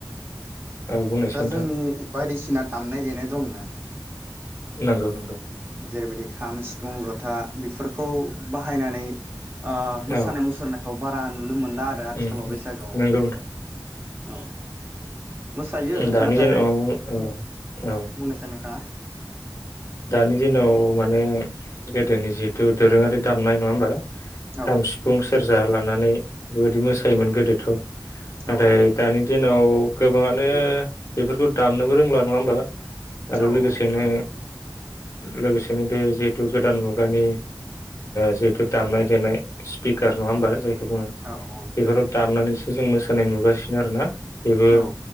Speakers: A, on the left (about 45°); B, on the right (about 30°).
A: औ बुंनायसै
B: दा
A: नोंथां
B: जोंनि बायदिसिना दामनाय देनाय दंना
A: नंगौ नंगौ
B: जेरैबायदि खाम सिफुं जथा बेफोरखौ बाहायनानै अ मोसानाय
A: औ
B: मुसुरनाय ओ बारा नुनो मोनला आरो आथिखालाव
A: उम उम
B: बैसागोआव
A: नंगौ
B: औ मोसायो
A: उ दानि
B: नाथाय
A: ज औ
B: बुंनोसै नोंथाङा
A: दानि दिनाव माने गोदोनि जिहेथु दोरोङारि दामनाय नङा होमबा
B: औ
A: खाम सिफुं सेरजा जा लानानै बेबायदि मोसायोमोन गोदोथ' नाथाय
B: औ
A: दानि दिनाव गोबाङानो बेफोरखौ दामनोबो रोंला नङा होमबा आरो
B: औ
A: लोगोसेनो
B: नोंथाङा
A: लोगोसेनो बे जिहेथु गोदान मुगानि जिहेतु दामनाय देनाय स्पिकार नङा होमबा जाय बुङो
B: औ औ
A: बेफोराव दामनानै जों मोसानाय नुगासिनो आरो ना बेबो
B: औ